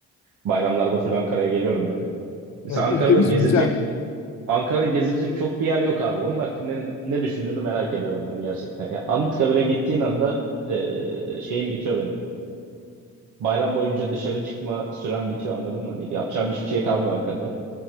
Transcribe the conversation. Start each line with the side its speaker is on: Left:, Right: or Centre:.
Right: Bayramlarda full Ankara'ya geliyorum yani. Mesela
Left: Evet,
Right: Ankara'da
Left: ülkemiz
Right: gezilecek
Left: güzel.
Right: Ankara'da gezilecek çok bir yer yok abi. Onun hakkında ne, ne düşündüğünü merak ediyorum ben gerçekten. Ya Anıtkabir'e gittiğin anda e, şeyim bitiyor benim. Bayram boyunca dışarı çıkma süren bitiyor anladın mı? Hani yapacağım hiçbir şey kalmıyor Ankara'da.